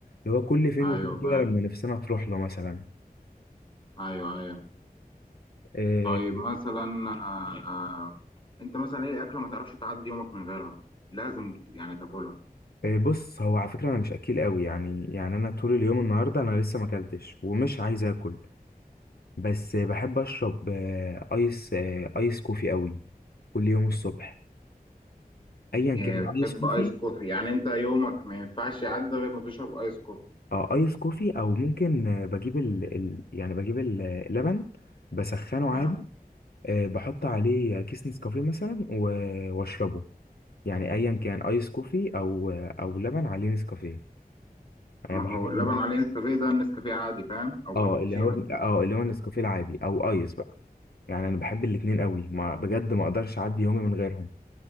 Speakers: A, on the left; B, on the left.
A: اللي هو كل فين
B: ايوه
A: وفين كده
B: فاهم
A: لما نفسنا تروح له مثلا
B: ايوه ايوه
A: إيه
B: طيب مثلا آه انت مثلا ايه اكله ما تعرفش تعدي يومك من غيرها لازم ت- يعني تاكلها
A: إيه بص هو على فكره انا مش اكيل قوي يعني يعني انا طول اليوم النهارده انا لسه ما اكلتش ومش عايز اكل بس بحب اشرب آه، ايس آه، ايس كوفي قوي كل يوم الصبح ايا
B: يعني
A: كان
B: بتحب
A: ايس كوفي
B: ايس كوفي يعني انت يومك ما ينفعش يعدي غير ما تشرب ايس كوفي
A: اه ايس كوفي او ممكن آه، بجيب ال... ال... يعني بجيب اللبن بسخنه
B: تمام
A: عادي آه، بحط عليه كيس نسكافيه مثلا و- واشربه يعني ايا كان ايس كوفي او او لبن عليه نسكافيه
B: ما
A: انا بحب
B: هو
A: ال-
B: لبن عليه نسكافيه ده النسكافيه عادي فاهم او
A: اه
B: كابتشينو
A: اللي هو اه اللي هو النسكافيه العادي او ايس بقى يعني انا بحب الاتنين قوي ما بجد ما اقدرش اعدي يومي من غيرهم